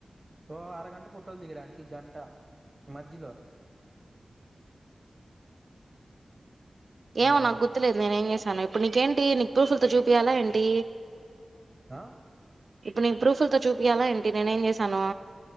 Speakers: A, on the right (about 20°); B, on the right (about 65°).
A: ఓ అరగంట ఫోటోల్ దిగడానికి గంట మధ్యలో
B: ఏమో
A: హలో!
B: నాకు గుర్తులేదు నేనేం చేశానొ ఇప్పుడ్ నీకేంటి నీకు ప్రూఫ్ల్తో చూపియాలా ఏంటి
A: ఆ
B: ఇప్పుడు నెన్ ప్రూఫ్ల్తో చూపియాలా ఏంటి నేనే ఏం చేశానొ